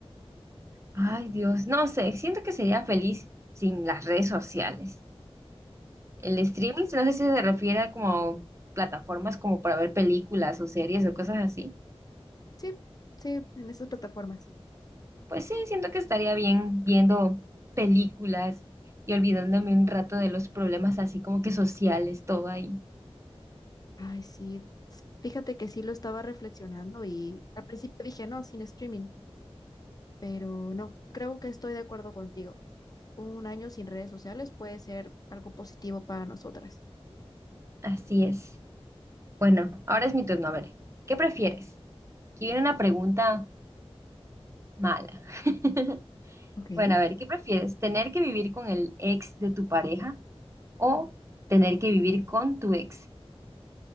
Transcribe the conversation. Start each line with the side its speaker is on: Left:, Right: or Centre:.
Right: Ay, Dios, no sé, siento que sería feliz sin las redes sociales. El streaming, no sé si se refiere a como plataformas como para ver películas o series o cosas así.
Left: Sí, sí, en esas plataformas.
Right: Pues sí, siento que estaría bien viendo películas y olvidándome un rato de los problemas así como que sociales, todo ahí.
Left: Ay, sí. Fíjate que sí lo estaba reflexionando y al principio dije, no, sin streaming Pero no, creo que estoy de acuerdo contigo. Un año sin redes sociales puede ser algo positivo para nosotras.
Right: Así es. Bueno, ahora es mi turno. A ver, ¿qué prefieres? Aquí viene una pregunta mala. <laughs>
Left: Ok.
Right: Bueno, a ver, ¿qué prefieres? ¿Tener que vivir con el ex de tu pareja o tener que vivir con tu ex?